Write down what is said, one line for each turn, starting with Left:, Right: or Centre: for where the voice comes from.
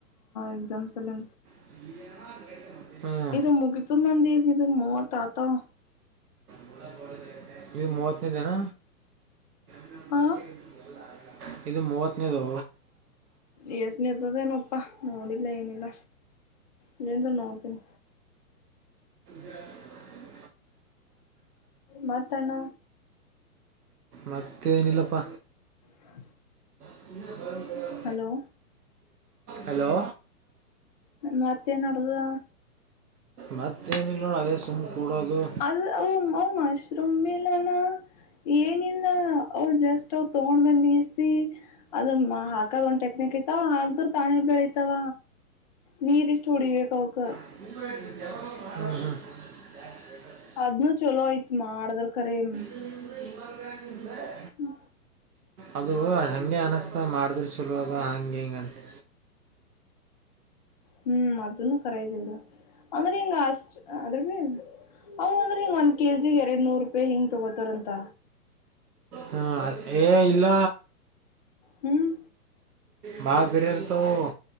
Left: ಎಕ್ಸಾಮ್ಸ್ ಲ್ಲಿ
Right: <unintelligible> ಹ್ಮ
Left: ಇದು ಮುಗತನಂದ ಇಗ ಇದು ಮೂವತ್ತ ಆತಾವ
Right: <unintelligible> ಇ ಮೂವತ್ತನೇ ದಿನ <inaudible>
Left: ಹಾ
Right: ಇದು ಮೂವತ್ತನೇದು
Left: ಎಏಸ್ನತ ದೇಏನಪ್ಪಾ ನೋಡಿಲ್ಲ ಏನಿಲ್ಲ ಲ್ಲಂದ್ರ ನೋಡ್ತೀನಿ
Right: ಯಾ <unintelligible>
Left: ಮತ್ ಅಣ್ಣ
Right: ಮತ್ತ ಏನಿಲ್ಲಪ್ಪ
Left: ಹಾ
Right: ಇ ಬ <inaudible>
Left: ಹಲೋ
Right: ಹಲೋ
Left: ಮತ್ತೆ ನದಾ
Right: ಮತ್ತೇನಿಲ್ಲ ನೋಡ ಅದೇ ಸುಮ್ಮ್ ಕೂಡೋದು
Left: ಅದು ಓ ಮಶ್ರುೂಮ್ ಬಲ್ಲಣ ಏನಿಲ್ಲ ಅ ಜಸ್ಟ್ ಅವವು ತಗೊಂಡ್ ಬಂದಸಿಸಿ ಅದನ್ನ ಹಾಕದ ಒಂದ್ ಟೆಕ್ನಿಕ್ ಐತಿ ಹಾಕಿದ್ರ ತಾನೆ ಬೆಳಿತಾವ ನೀರಿಷ್ಟ ಹೊಡಿ ಬೆಕ ಅವಕ್ಕ
Right: ಹ್ಮ ಹ್ಮ <unintelligible> ಹ <inaudible>
Left: ಅದ್ನು ಚಲೋ ಆಯ್ತ್ ಮಾಡದ್ರ ಕರೆ ಏನ್
Right: <unintelligible>
Left: ಹ್ಮ
Right: ಅದು ಹಂಗೆ ಅನಸ್ತದ ಮಾಡಿದ್ರ ಚಲೋ ಅಂತ ಹಂಗ ಹಿಂಗಂತೆ
Left: ಹ್ಮ್ ಅದನು ಕರೆ ಇದೆ ಬಿಡು ಅಂದ್ರೆ ಹಿಂಗ ಅಷ್ಟ ಅದ್ರ ಅವು ಅಂದ್ರೆ ಹಿಂಗ ಒಂದ್ ಕೆ ಜಿ ಗಿ ಎರಡ್ ನೂರು ರೂಪಾಯಿ ಹಿಂಗ್ ತಗೋತಾರಂತ
Right: ಹಾಂ ಅದ್ ಏ ಇಲ್ಲ
Left: ಹ್ಮ್
Right: ಬಾಳ ಬೀರಿ ಇರ್ತಾವ